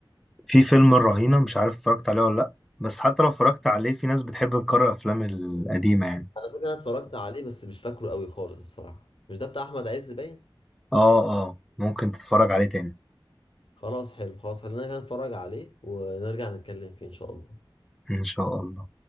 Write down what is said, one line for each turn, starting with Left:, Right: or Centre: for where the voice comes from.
Centre: في فيلم الرهينة مش عارف اتفرجت عليه ولا لا بس حتى لو اتفرجت عليه في ناس بتحب تكرر افلام القديمة يعني
Left: انا فاكر انا اتفرجت عليه بس مش فاكره قوي خالص الصراحة مش ده بتاع احمد عز باين
Centre: اه اه ممكن تتفرج عليه تاني
Left: خلاص حلو خلاص خلينا كده نتفرج عليه ونرجع نتكلم فيه ان شاء الله
Centre: ان شاء الله